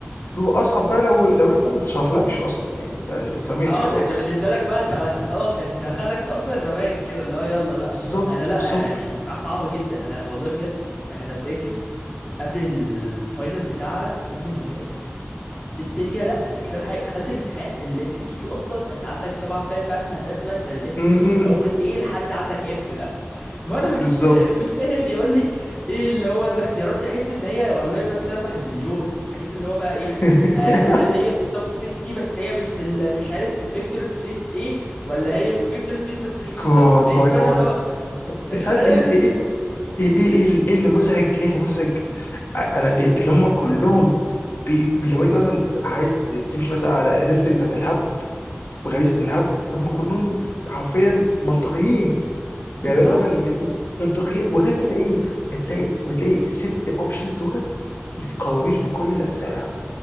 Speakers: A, on the left (about 55°); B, on the left (about 25°).
A: بيبقى اصعب بقى لو لو انت ما تشرحلكش اصلا يعني انت انت اترميت
B: اه
A: وخلاص
B: انت انت بالنسبه لك بقى انت انت خلاص يعني انت
A: مم.
B: خدك اصلا رماك كده اللي هو يلا بقى
A: بالظبط
B: انا لا
A: بالظبط
B: يعني صعبه جدا انا والله بجد انا بذاكر قبل الفاينل بتاع الترم اللي فات الدنيا لا انا مش فاهم حاجه دخلت الامتحان الام سي كيو اصلا انت عندك طبعا فاهم بقى في هندسه بقى انت الام سي
A: مم،
B: كيو
A: مم،
B: من
A: مم.
B: اول ايه لحد عندك اف بقى وانا
A: بالظبط
B: مش فاهم يقول لي ايه اللي هو الاختيارات تحس ان هي والله من سيربح المليون حاجات اللي هو بقى ايه
A: <laughs>
B: آه هل هي في السب سبيس دي بس هي مش في ال- مش عارف في الفيكتور سبيس ايه ولا هي في الفيكتور سبيس بس مش في السب
A: جاد
B: سبيس
A: ماي
B: ولا
A: جاد
B: اللي هو مش
A: انت عارف
B: عارف
A: ايه ايه ايه ايه ايه اللي إيه اللي مزعج ايه اللي مزعج انا إيه
B: ايه
A: اللي هم كلهم بي بي- لو انت مثلا عايز تمشي مثلا على انستنكت بتاعت الهبد وغريزه الهبد هم كلهم
B: مم.
A: حرفيا منطقيين
B: بالظبط
A: يعني هو مثلا بيبقى منطقيين وغير كده ايه بتلاقي بتلاقي الست اوبشنز دولت متكررين في كل الاسئله